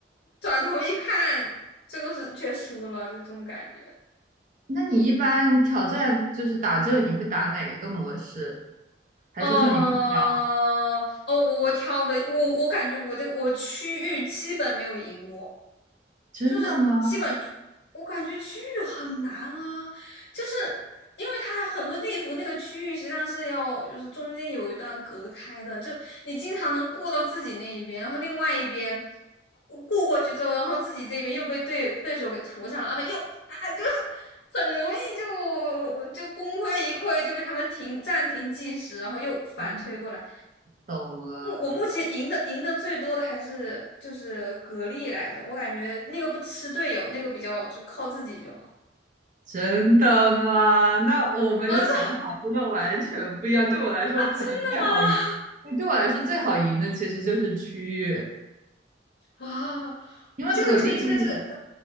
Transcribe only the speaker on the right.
那你一般挑战就是打这个，你会打哪一个模式？还是说你不挑？
真的吗？
哦，懂了。
真的吗？那我们的想法真的完全不一样。
对我来说，
我可能最好赢，
对我来说最好赢的其实就是区域。
因为蛤蜊